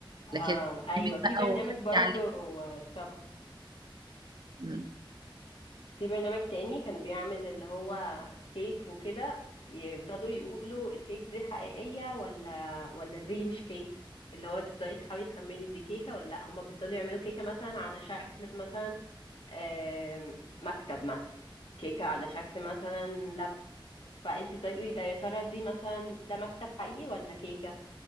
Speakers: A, on the left (about 80°); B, on the right (about 55°).
A: اه
B: لكن
A: ايوه
B: برنامج
A: في
B: بقى
A: برنامج
B: وحد
A: برضو
B: يعلم
A: شبهه
B: مم.
A: في برنامج تاني كان بيعمل اللي هو كيك وكده يفضلوا يقولوا الكيك دي حقيقية ولا ولا دي مش كيك اللي هو تفضلي تحاولي تخمني دي كيكة ولا لأ هما بيفضلوا يعملوا كيكة مثلا على شكل مثلا آم، مكتب مثلا كيكة على شكل مثلا لاب فانت تقولي ده يا ترى دي مثلا ده مكتب حقيقي ولا كيكة